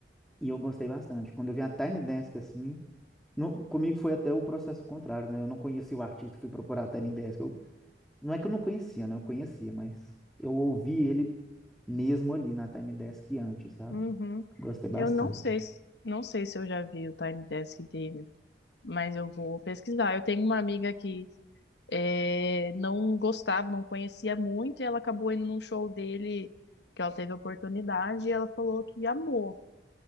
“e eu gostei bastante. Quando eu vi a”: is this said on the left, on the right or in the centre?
Centre